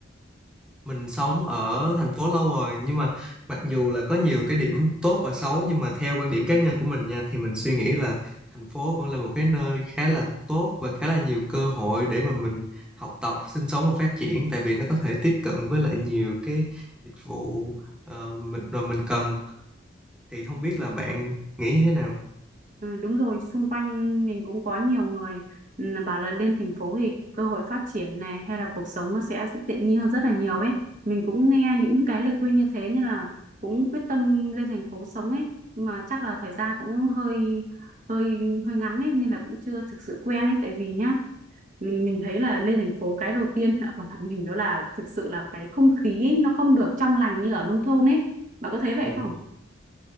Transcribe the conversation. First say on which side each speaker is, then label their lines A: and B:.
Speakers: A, in the centre; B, on the right.
A: mình sống ở thành phố lâu rồi nhưng mà mặc dù là có nhiều cái điểm tốt và xấu nhưng mà theo quan điểm cá nhân của mình nha thì mình suy nghĩ là thành phố vẫn là một cái nơi khá là tốt và khá là nhiều cơ hội để mà mình học tập, sinh sống và phát triển tại vì nó có thể tiếp cận với lại nhiều cái dịch vụ ờ, mình, mà mình cần thì không biết là bạn nghĩ như thế nào?
B: Ừ, đúng rồi, xung quanh mình cũng có nhiều người ừ, bảo là lên thành phố thì cơ hội phát triển này hay là cuộc sống nó sẽ tiện nghi hơn rất là nhiều ấy. Mình cũng nghe những cái lời khuyên như thế nên là cũng quyết tâm lên thành phố sống ấy. Nhưng mà chắc là thời gian cũng hơi hơi hơi ngắn ấy nên là cũng chưa thực sự quen ấy tại vì nhá mình mình thấy là lên thành phố cái đầu tiên <laughs> ở mặt mình đó là thực sự là cái không khí ấy, nó không được trong lành như ở nông thôn ấy. Bạn có thấy vậy
A: Ừ.
B: không?